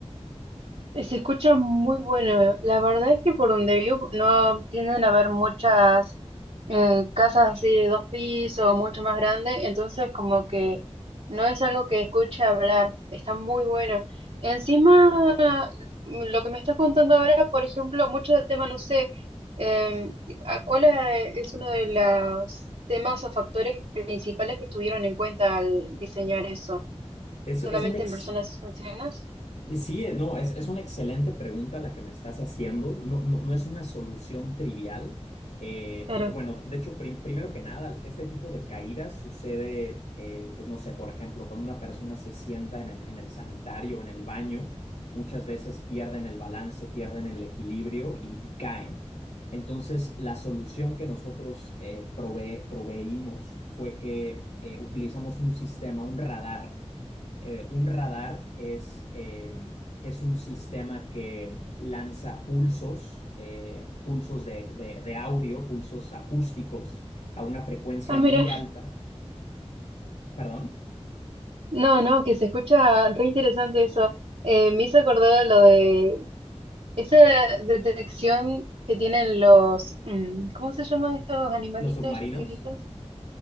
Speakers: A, on the right; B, on the left.
A: Eh, Se escucha muy bueno. La verdad es que por donde vivo no tienden a haber muchas eh, casas así de dos pisos, mucho más grandes, entonces como que no es algo que escuche hablar. Está muy bueno. Encima, mm, lo que me estás contando ahora, por ejemplo, mucho del tema, no sé, em, ¿a ¿cuál es, eh, es uno de los temas o factores principales que tuvieron en cuenta al diseñar eso?
B: Es, es
A: solamente
B: un ex-
A: en personas ancianas.
B: Sí, eh, no, es, es una excelente pregunta la que me estás haciendo. No, no, no es una solución trivial. Eh,
A: Claro.
B: bueno, de hecho, prim- primero que nada, este tipo de caídas sucede, eh, pues no sé, por ejemplo, cuando una persona se sienta en el, en el sanitario, en el baño, muchas veces pierden el balance, pierden el equilibrio y, y caen. Entonces, la solución que nosotros eh, prove- proveímos fue que eh, utilizamos un sistema, un radar eh, un radar es, eh, es un sistema que lanza pulsos, eh, pulsos de, de- de audio, pulsos acústicos a una frecuencia
A: Ah,
B: muy
A: mira.
B: alta. ¿Perdón?
A: No, no, que se escucha re interesante eso. Eh, me hizo acordar a lo de esa detección que tienen los, mm, ¿cómo se llaman estos animalitos
B: ¿Los submarinos?
A: chiquititos?